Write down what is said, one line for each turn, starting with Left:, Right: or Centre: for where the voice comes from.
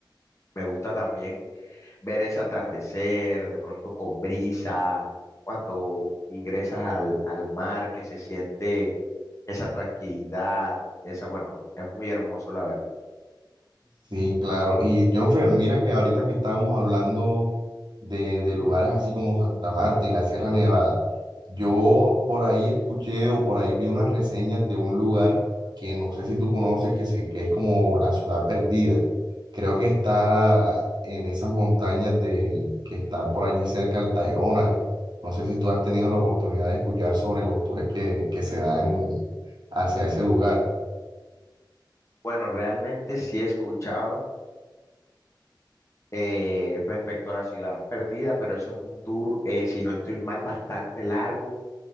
Left: Me gusta también ver ese atardecer, de pronto con brisa, cuando ingresas al, al mar, que se siente esa tranquilidad, esa, bueno, es muy hermoso, la verdad.
Right: Sí, claro. Y Jonfer, mira que ahorita que estábamos hablando de, de lugares así como Santa Marta y la Sierra Nevada, yo por ahí escuché o por ahí vi unas reseñas de un lugar que no sé si tú conoces, que, se, que es como la ciudad perdida. Creo que está en esas montañas de, que están por allí cerca del Tayrona. No sé si tú has tenido la oportunidad de escuchar sobre los tours que, que se dan hacia ese lugar.
Left: Bueno, realmente sí he escuchado eh, respecto a la ciudad perdida, pero eso es un tour, eh, si no estoy mal, bastante largo